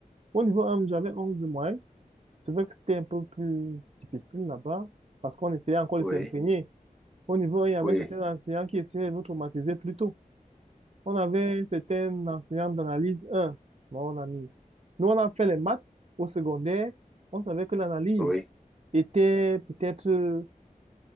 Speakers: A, on the right; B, in the centre.
A: au niveau 1, j'avais 11 de moyenne. Je trouvais que c'était un peu plus difficile là-bas, parce qu'on essayait encore de
B: Oui,
A: s'imprégner. Au niveau 1, il y avait
B: oui,
A: certains enseignants qui essayaient de nous traumatiser plus tôt. On avait une certaine enseignante d'analyse un, mon ami. Nous, on a fait les maths au secondaire. On savait que l'analyse
B: oui.
A: était peut-être euh,